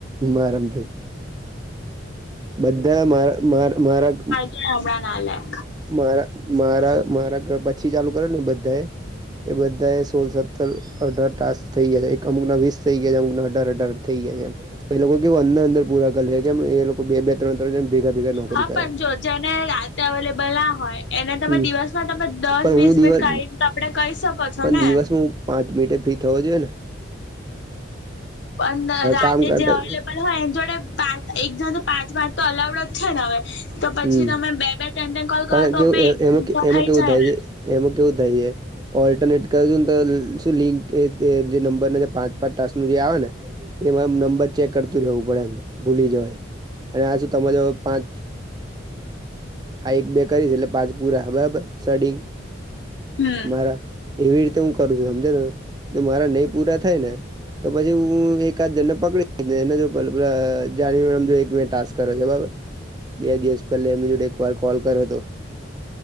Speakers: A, on the right; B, on the left.
A: આરામથી બધા મારા મારા
B: હમણા નાલે
A: મારા મારા મારા ઘર પછી ચાલુ કરે બધાએ એ બધા એ સોલ સત્તર અઢાર ટાસ થઈ ગયા છે એક અમુકના વીસ થઈ ગયા છે. અમુક અઢાર અઢાર થઇ ગયા છે એમ એ લોકો કેવું અંદર અંદર પૂરા કરે છે. કેમ એ લોકો બે બે ત્રણ ત્રણમ ભેગા ભેગા નોકરી
B: હા
A: કરાય
B: પણ જો જેને અવેલેબલ ના હોય એને તમે
A: હમ
B: દિવસમાં તમે દસ
A: પણ
B: વીસ
A: હું દિવસ
B: મિનિટ કાઢી આપડે કહી શકો છો.
A: પણ
B: ને
A: દિવસમાં હું પાંચ મિનિટે ફી થવો જોઈએ ને
B: પણ રાતે
A: કામ કરતા
B: જે અવેલેબલ હ એ જોડે પાંચ એક જા પાંચ વાર તો અલાઉડ જ છેને હવે તો પછી
A: હમ
B: તમે બે બે તેન ન કોલ કરો
A: પણ
B: તો
A: કેવું
B: ભીફર
A: એ એમાં કે એમાં
B: થાઈ
A: કેવું
B: જાય,
A: થાય
B: ને
A: છે એમાં કેવું થાય છે. ઓલ્ટરનેટ કરશું ને તો શું લિંક એ જે નંબર જે પાંચ પાંચ ટાસ ન જે આવે ને એમાંમ નંબર ચેક કરતું રહેવું પડે એમ ભૂલી જવાય અને આ શ તમારે જો પાંચ આ એક બે કરીશ એટલે પાંચ પુરા બરાબર સડીિંગ
B: હમ
A: મારા એવી રીતે હું કરું છું, સમજો તમે મારા નહીં પૂરા થાય ને તો પછી હું, એકાદ જને પકડી એને જો જા જો એક બે ટાસ્ક કરે છે. બરાબર બે દિવસ પહેલા એમની જોડે એક વાર કોલ કર્યો હતો